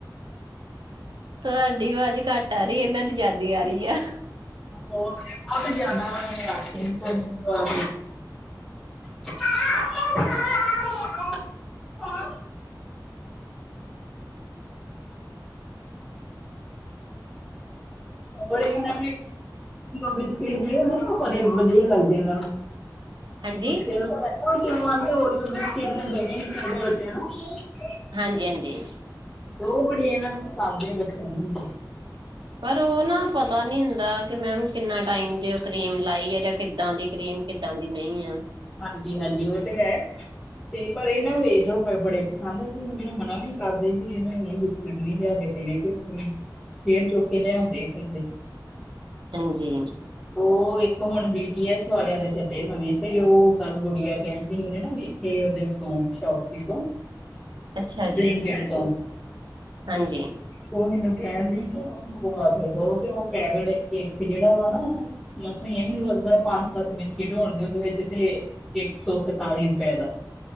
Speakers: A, on the right; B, in the centre.
A: ਤੁਹਾਡੀ ਆਵਾਜ਼ ਘੱਟ ਆ ਰਹੀ, ਇਹਨਾਂ ਦੀ ਜ਼ਾਦੀ ਆ ਰਹੀ ਆ।
B: ਹੋਰ ਬਹੁਤ ਜਿਆਦਾ ਆਖੇ ਨੀਦੇ ਜੋ ਆ। ਨੂੰ। ਹੋਰ ਇਹ ਨੂੰ ਬਿਸਕਿਟ ਜਿਹੜੇੁੰ ਬੜ ਵਧੀਆ ਲੱਗਦੇ ਇਹਨਾਂ ਨੂੰ।
A: ਹਾਂਜੀ
B: ਬੱਚਿਆਂ ਨੂੰ ਪ ਆਂ ਹੋਰ ਓਰੀਓ ਬਿਸਕਿਟ ਦੇਣੇ ਨਹੀਂ ਚਾਹੀਦੇ ਬੱਚਿਆਂ ਨੂੰ। ਤੇ
A: ਹਾਂਜੀ, ਹਾਂਜੀ।
B: ਉਹ ਬੜੀ ਇਹਨਾਂ ਨੂੰ ਪਸੰਦਦੇ ਆ ਬੱਚਿਆਂ ਨੂੰ ਹੁੰਦੀ।
A: ਪਰ ਉਹ ਨਾ ਪਤਾ ਨੀ ਹੁੰਦਾ ਕਿ ਮੈਮ ਕਿੰਨਾ ਟਾਈਮ ਦੇ ਉਹ ਕਰੀਮ ਲਾਈ ਹੈ, ਜਾਂ ਕਿੱਦਾਂ ਦੀ ਕਰੀਮ ਕਿੱਦਾਂ ਦੀ ਨਹੀਂ ਆ।
B: ਹਾਂਜੀ, ਹਾਂਜੀ ਉਹ ਤੇ ਹੈ। ਤੇ ਪਰ ਇਹਨਾਂ ਨੂੰ ਇਹ ਲੋਕ ਬੜੇ ਪਸੰਦ ਸੀ, ਮਤਲਬ ਮਨਾ ਵੀ ਕਰਦੇ ਸੀ, ਇਹ ਨੂੰ ਇਹ ਗ ਸਡਲੀ ਲਿਆ ਕੇ ਦੇਣੇ ਤੇ, ਔਹ ਫਿਰ ਫੇਰ ਚੁੱਕ ਕੇ ਲਿਆ ਆਉਂਦੇ ਆ ਘਰ ਦੇ।
A: ਹਾਂਜੀ।
B: ਉਹ ਇੱਕ ਹੁਣ ਬੀ ਟੀ ਐਸ ਆਲਿਆ ਦੇ ਚੱਡੇ ਨਵੇਂ ਤੇ ਤੇ ਉਹ ਕੱਲ ਗੁੜੀਆ ਕਹਿਣ ਦੀ, ਉਹਨੇ ਨਾ ਵੇਖੇ ਉਹਦੇ ਉਤੋਂ ਸ਼ੋਪ ਸੀ ਉਦੋਂ
A: ਅੱਛਾ
B: <inaudible> ਬਲਿੰਕਟ
A: ਜੀ
B: ਤੋਂ
A: ਹਾਂਜੀ।
B: ਉਹ ਮੈਨੂੰ ਕਹਿਣ ਦੀ ਕਿ ਉਹੂੰ ਮੰਗਵਾ ਕੇ ਦੋ, ਤੇ ਉਹ ਪੈਕਟ ਇੱਕ ਜਿਹੜਾ ਵਾ ਨਾ ਔਹ ਮਸਾ ਵੀ ਲੱਗਦਾ ਪੰਜ, ਸੱਤ ਬਿਸਕਿਟ ਹੋਣ ਦੀ ਉਹਦੇ ਵਿੱਚ ਤੇ ਇੱਕ ਸੌ ਇਕਤਾਲੀ ਰੁਪਏ ਦਾ।